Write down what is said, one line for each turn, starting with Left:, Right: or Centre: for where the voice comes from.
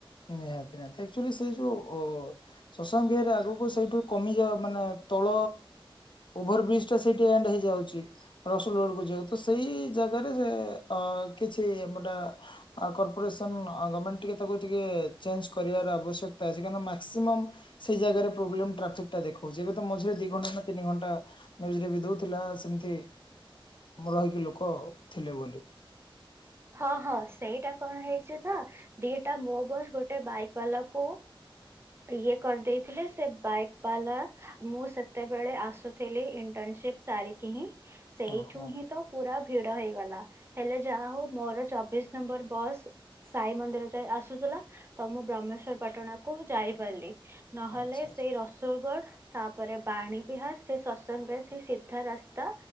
Left: ନିହାତି ନିହାତି ଆକ୍ଚୁଆଲି ସେ ଯୋଉ ସସଙ୍ଗ ବିହରେ ଆଗକୁ ସେଇଠୁ କମିଯାଉ ମାନେ ତଳ ଓଭର ବ୍ରିଜ ଟା ସେଇଠି ଏଣ୍ଡ ହେଇଯାଉଛି, ରସୁଲ ରୋଡ କୁ ଯାଉ ତ ସେଇ ଜାଗାରେ ସେ କିଛିମୋଟା କର୍ପୋରେସନ ଗଭର୍ଣମେଣ୍ଟ ଟିକେ ତାକୁ ଟିକେ ଚଞ୍ କରିବାର ଆବଶ୍ୟକତା ଅଛି କ ମାସିମ ସେଇ ଜ ପ୍ରବ୍ଲେ୍ରାିକା ଦେଖଛି ଏବେ ତ ମଝିରେ ଦି ଘଣ୍ଟା ନା ତିନି ଘଣ୍ଟାଜରେ ବି ଦଉଥିଲା ସେମିତି ରହିକି ଲୋକ ଥିଲେ ବୋଲି
Right: ହଁ ହଁ ସେଇଟା କଣ ହେଇଛି ନା ଦିଟା ମୋ ବସ୍ ଗୋଟେ ବାଇକ୍ ବାଲାକୁ ଇଏ କରିଦେଇଥିଲେ ସେ ବାଇକ୍ ବାଲା ମୁଁ ସେତେବେଳେ ଆସୁଥିଲି ଇଣ୍ଟର୍ନସିପ ସାରିକି ହିଁ ସେଇଠୁ
Left: ଓହୋ
Right: ହିଁ ତ ପୁରା ଭିଡ ହେଇଗଲା ହେଲେ ଯାହା ହଉ। ମୋର ଚବିଶ ନମ୍ବର ବସ୍ ସାଇ ମନ୍ଦିର ଯାଇ ଆସୁଥିଲ। ତ ମୁ ବ୍ରହ୍ମେଶ୍ୱର ପାଟଣା କ ମୁଁ ଯାଇପାରିଲି। ନହେଲେ
Left: ଆଚ୍ଛା ଆଚ୍ଛା
Right: ସେଇ ରସୋଲଗଡ ତାପରେ ବାଣୀ ବିହାର ସେ ସସଙ୍ଗବିହାର ସେ ସିଧା ରାସ୍ତା।